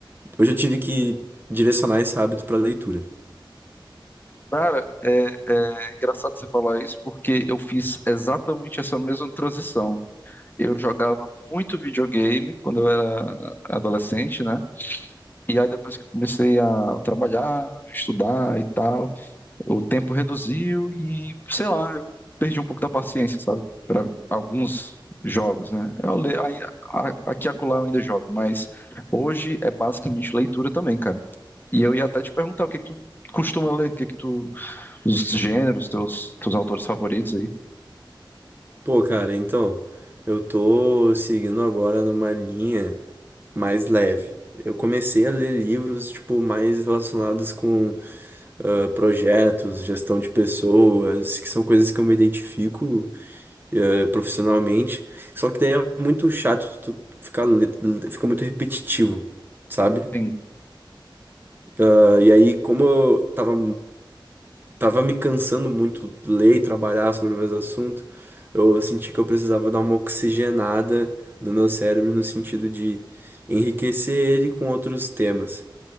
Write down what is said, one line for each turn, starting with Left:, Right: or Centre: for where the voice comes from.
Right: Hoje eu tive que direcionar esse hábito pra leitura.
Left: Cara, é, é engraçado você falar isso porque eu fiz exatamente essa mesma transição. Eu jogava muito videogame quando eu era adolescente, né? E aí depois que eu comecei a trabalhar, estudar e tal. o tempo reduziu e, sei lá, eu perdi um pouco da paciência, sabe? Para alguns jogos, né? Eu, le- aí, a- aqui e acolá eu ainda jogo, mas hoje é basicamente leitura também, cara. E eu ia até te perguntar o que é que tu costuma ler, o que é que tu, os gêneros, teus, teus autores favoritos aí.
Right: Pô, cara, então, eu tô seguindo agora numa linha mais leve. Eu comecei a ler livros, tipo, mais relacionados com ah, projetos, gestão de pessoas, que são coisas que eu me identifico eh, profissionalmente. Só que daí é muito chato, tu ficar, le- le- fica muito repetitivo, sabe?
Left: Sim,
Right: Ah, e aí, como eu tava tava me cansando muito de ler e trabalhar sobre o mesmo assunto. Eu senti que eu precisava dar uma oxigenada no meu cérebro no sentido de enriquecer ele com outros temas.